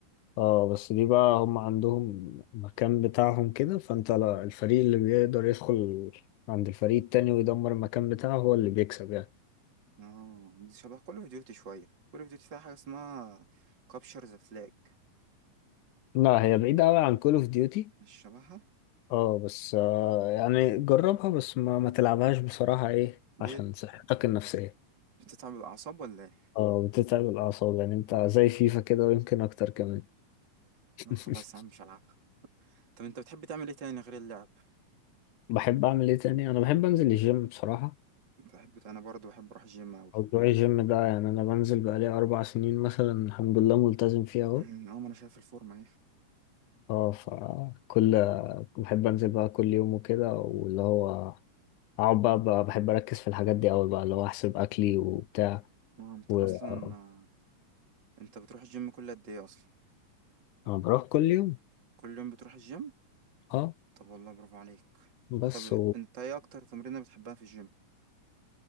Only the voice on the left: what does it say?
اه بس دي بقى هم عندهم مكان بتاعهم كده فانت لا- الفريق اللي بيقدر يدخل عند الفريق التاني ويدمر المكان بتاعه هو اللي بيكسب يعني
لا هي بعيدة أوي عن كول اوف ديوتي
اه بس آه يعني جربها بس ما, ما تلعبهاش بصراحة ايه
عشان صحتك النفسية
اه بتتعب الأعصاب يعني انت زي فيفا كده ويمكن أكتر كمان <laughs>
بحب أعمل ايه تاني أنا بحب أنزل الجيم بصراحة
موضوع الجيم ده يعني أنا بنزل بقالي أربع سنين مثلا الحمد لله ملتزم فيه أهو
اه فكل بحب أنزل بقى كل يوم وكده واللي هو أقعد بقى, بقى بحب أركز في الحاجات دي أوي بقى اللي هو أحسب أكلي وبتاع
و
آه،
أنا بروح كل يوم
اه
بس